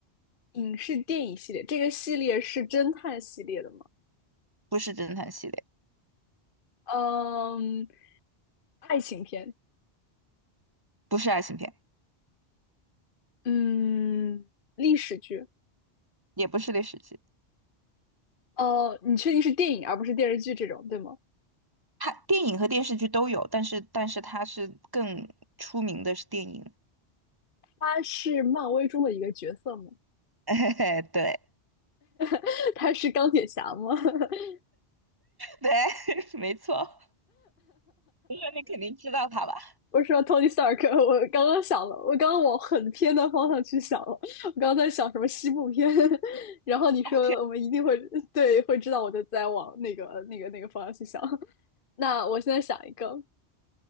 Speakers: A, on the left (about 50°); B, on the right (about 20°).
A: 影视电影系列，这个系列是侦探系列的吗？
B: 不是侦探系列，
A: 嗯，爱情片，
B: 不是爱情片，
A: 嗯，历史剧，
B: 也不是历史剧，
A: 哦，你确定是电影而不是电视剧这种，对吗？
B: 他电影和电视剧都有，但是但是他是更出名的是电影。
A: 他是漫威中的一个角色吗？
B: <laughs> 哎，对
A: <laughs> 他是钢铁侠吗？<laughs>
B: 对，<laughs> 没错，我说你肯定知道他吧？
A: 我说 Tony Stark，我刚刚想了，我刚刚往很偏的方向去想了，我刚刚在想什么西部片，<laughs> 然后你说我们一定会对会知道，
B: 哦天，
A: 我就在往那个那个那个方向去想。<laughs> 那我现在想一个，